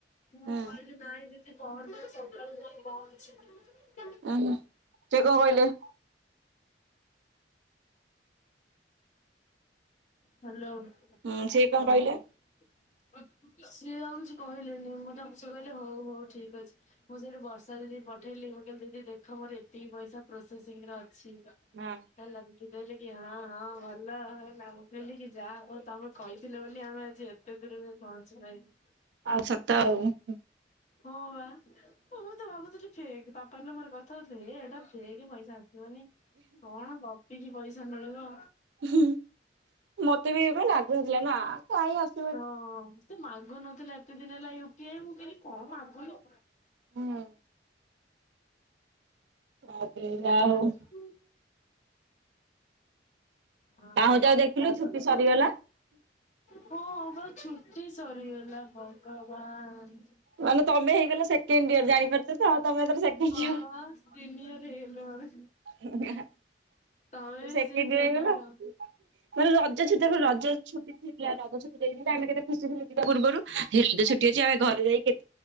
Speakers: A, on the right; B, on the left.
A: ହୁଁ
B: ମୁଁ କହିଲି ନାଇଁ ଦି ପହର ଦିନ ସକାଳେ ଯାଇ ପହଞ୍ଚିଲି।
A: ଉଁ ହୁଁ ସେ କଣ କହିଲେ?
B: ହ୍ୟାଲୋ
A: ହୁଁ ସେ କଣ
B: ହଁ
A: କହିଲେ
B: ହଁ। ସିଏ ଆଉ କିଛି କହିଲେନି ମୁଁ ତାଙ୍କୁ ସେ କହିଲେ ହଉ ହଉ ଠିକ୍ ଅଛି। ମୁଁ ସେଇଠୁ ବର୍ଷା ଦିଦିକି ପଠେଇଲି ମୁଁ କହିଲି ଦିଦି ଦେଖ ମୋର ଏତିକି ପଇସା ପ୍ରୋସେସିଂ ରେ ଅଛି।
A: ନା।
B: <unintelligible> ସେ କହିଲେ କି ହଁ ହଁ ଭଲ ହେଲା ମୁଁ କହିଲି କି ଯାଆହଉ ତମେ କହିଥିଲ ବୋଲି ଆମେ ଆଜି ଏବ୍ <unintelligible> ପହଞ୍ଚି ପାଇଲୁ।
A: ଆଉ ସତ ଆଉ ହୁଁ।
B: ହଁ ବା ମୁଁ ତ ଭାବୁଥିଲି ଫେକ୍ ପାପା ଙ୍କ ମୋର କଥା ହଉଥିଲୁ ହେ ଏଇଟା ଫେକେ ପଇସା ଆସିବନି। କଣ ଗପିକି ପଇସା ମିଳିବ?
A: ହୁଁ ମତେ ବି ଏବେ ଲାଗୁନଥିଲା ନା କାଇଁ ଆସ୍
B: ହଁ ସେ ମାଗୁନଥିଲା ଏତେ ଦିନ ହେଲା ୟୁ ପି ଆଇ ମୁଁ କଇଲି କଁ ମାଗୁନି।
A: ହୁଁ। ତାପରେ
B: ହେଲା
A: ଯାହା ହଉ
B: ହୁଁ। ହଁ
A: ପାହୁଁଯାକୁ ଦେଖିଲୁ
B: ତାଉପରେ
A: ଛୁଟି ସରିଗଲା।
B: ହଁ ବା ଛୁଟି ସରିଗଲା ଭଗବାନ।
A: ମାନେ ତମେ ହେଇଗଲ ସେକେଣ୍ଡ ଇୟର୍ ଜାଣିପାରୁ ସେଇଠି ତ ତମେ ଏଥର ସେକେଣ୍ଡ୍
B: ହଁ
A: ଇଅର୍।
B: ସିନିୟର ହେଇଗଲୁ ଆମେ ତମେ ବି
A: ସେକେଣ୍ଡ୍
B: ସିନିୟର
A: ଇଅର୍ ହେଇଗଲା
B: ନା କଣ?
A: ପୁଣି ରଜ ଛୁଟି <unintelligible> ରଜ ଛୁଟି <unintelligible> ରଜ ଛୁଟି ଦେଇଛନ୍ତି ଆମେ କେତେ ଖୁସି ଥିଲୁ ଯିବା ପୂର୍ବରୁ ଯେ ସେ ଛୁଟି ହେଇଚି ଆ ଘରେ ଯାଇ କେ